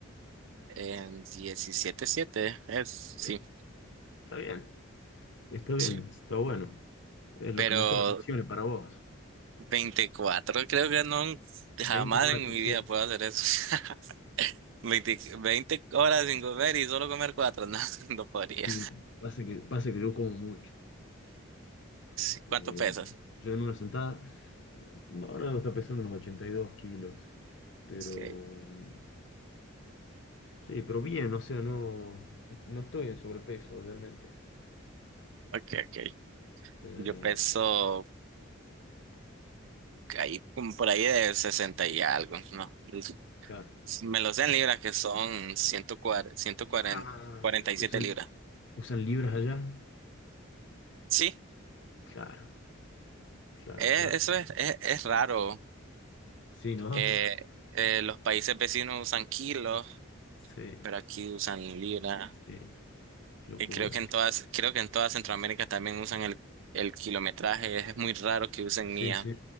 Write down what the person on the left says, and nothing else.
eh, está bien, está bien,
está bueno. Es lo
que mejor funcione para vos.
veinticuatro
sí.
Sí, pasa que, pasa que yo como mucho.
Eh,
yo en una sentada, eh, no, ahora no está pesando unos 82 kilos, pero
mm, sí, pero bien, o sea, no, no estoy en sobrepeso realmente.
Eh,
claro.
Ah, es que ¿Usan,
usan libras allá?
Claro, claro,
claro.
Sí, ¿no?
Sí,
sí, qué locura.
Sí,
sí,